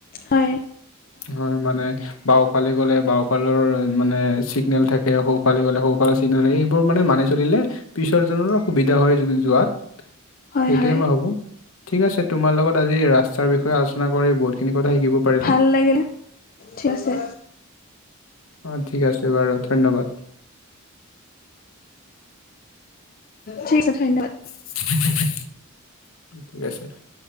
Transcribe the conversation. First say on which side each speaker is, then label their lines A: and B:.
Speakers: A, on the left (about 45°); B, on the left (about 70°).
A: হয়
B: হয় মানে বাওঁফালে গ'লে বাওঁফালৰ মানে চিগনেল থাকে, সৌফালে গ'লে সৌফালৰ চি গনেল, এইবোৰ মানে মানি চলিলে পিছৰজনৰো সুবিধা হয় যোৱাত,
A: হয়
B: সেইটোৱে
A: হয়
B: মই ভাৱোঁ। ঠিক আছে তোমাৰ লগত আজি এই ৰাস্তাৰ বিষয়ে আ লোচনা, কবি বহুতখিনি কথা শিকিব পাৰিলোঁ।
A: ভাল লাগিলে ঠিক আছে
B: অঁ' ঠিক আছে বাৰু ধন্যবাদ।
A: ঠিক আছে, ধন্যবাদ।
B: <unintelligible>